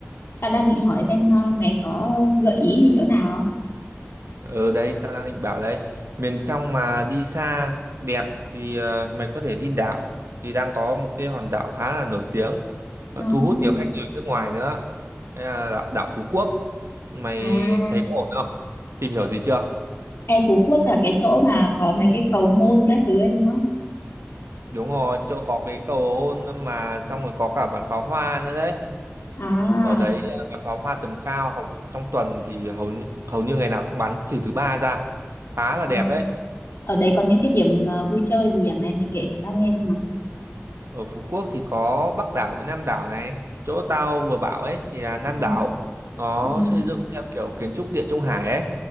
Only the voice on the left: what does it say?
tao đang định hỏi xem ờ, mày có gợi ý gì chỗ nào
không?
Ờ, à
Ê, Phú Quốc là cái chỗ mà có mấy cái cầu hôn các thứ ấy đúng không?
À,
ờ.
Ở đấy có những cái điểm ờ, vui chơi gì à mày? Mày kể tao nghe xem nào.
Ừ.
Ừ.